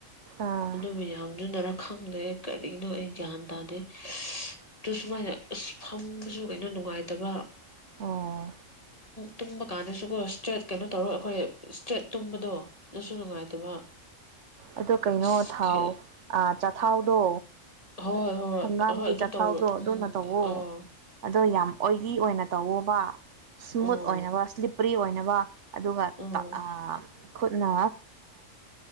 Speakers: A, on the right; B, on the left.
A: ꯑꯥ
B: ꯑꯗꯨ ꯃ ꯌꯥꯝꯗꯨꯨꯅꯔꯥ ꯈꯪꯗꯦ ꯀꯔꯤꯒꯤꯅꯣ ꯑꯩ ꯒ꯭ꯌꯥꯟ ꯇꯥꯗꯦ ꯑꯗꯨ ꯁꯨꯃꯥꯏꯅ ꯑꯁ ꯐꯝꯕꯁꯨ ꯀꯩꯅꯣ ꯅꯨꯡꯉꯥꯏꯇꯕ
A: ꯑꯣ
B: ꯇꯨꯝꯕ ꯀꯥꯟꯗꯁꯨꯀꯣ ꯏꯁꯇ꯭ꯔꯦꯠ ꯀꯩꯅꯣ ꯇꯧꯔꯣ ꯑꯩꯈꯣꯏ ꯏꯁꯇ꯭ꯔꯦꯠ ꯇꯨꯝꯕꯗꯣ ꯑꯗꯨꯁꯨ ꯅꯨꯡꯉꯥꯏꯇꯕ
A: ꯑꯗꯣ ꯀꯩꯅꯣ
B: ꯑꯁ
A: ꯊꯥꯎ ꯆꯊꯥꯎꯗꯣ
B: ꯍꯣꯏ ꯍꯣꯏ
A: ꯍꯪꯒꯥꯝꯒꯤ
B: ꯍꯣꯏ ꯑꯗꯨ
A: ꯆꯊꯥꯎꯗꯣ
B: ꯇꯧꯔꯣ
A: ꯑꯗꯨꯅ
B: ꯎꯝ
A: ꯇꯧꯋ
B: ꯑꯣ
A: ꯑꯗꯣ ꯌꯥꯝ ꯑꯣꯏꯂꯤ ꯑꯣꯏꯅ ꯇꯧꯋ ꯋꯥ ꯏꯁꯃꯨꯠ
B: ꯑꯣ
A: ꯑꯣꯏꯅꯕ ꯁ꯭ꯂꯤꯞꯄ꯭ꯔꯤ ꯑꯣꯏꯅꯕ ꯋꯥ ꯑꯗꯨꯒ
B: ꯎꯝ
A: ꯇ ꯈꯨꯠꯅ